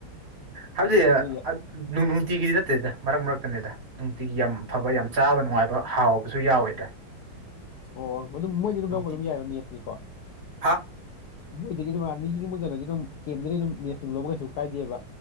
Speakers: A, on the right (about 45°); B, on the left (about 75°).
A: ꯍꯥꯏꯗꯤ
B: ꯑꯗꯨꯗꯤ
A: ꯅꯨꯡꯇꯤꯒꯤꯗꯤ ꯅꯠꯇꯦꯗ ꯃꯔꯛ ꯃꯔꯛꯇꯅꯤꯗ ꯅꯨꯡꯇꯤꯒꯤ ꯌꯥꯝ ꯐꯕ ꯌꯥꯝ ꯆꯥꯕ ꯅꯨꯡꯉꯥꯏꯕ ꯍꯥꯎꯕꯁꯨ ꯌꯥꯎꯋꯦꯗ
B: ꯑꯣ ꯑꯗꯨꯝ ꯃꯣꯏꯗꯤ ꯑꯗꯨꯝ
A: ꯅꯨꯡꯇꯤ
B: ꯂꯧꯕ ꯑꯗꯨꯝ ꯌꯥꯏꯑꯕ ꯃꯦꯁꯅꯤꯀꯣ
A: ꯍꯥ
B: ꯃꯣꯏꯗꯒꯤ ꯑꯗꯨꯝ ꯑꯥꯔꯃꯤꯒꯤ ꯃꯣꯏ ꯀꯩꯅꯣꯗꯤ ꯑꯗꯨꯝ ꯀꯦꯝꯗꯗꯤ ꯑꯗꯨꯝ ꯃꯦꯠꯁ ꯇꯨꯡ ꯂꯧꯕ ꯀꯩꯁꯨ ꯀꯥꯏꯗꯦꯕ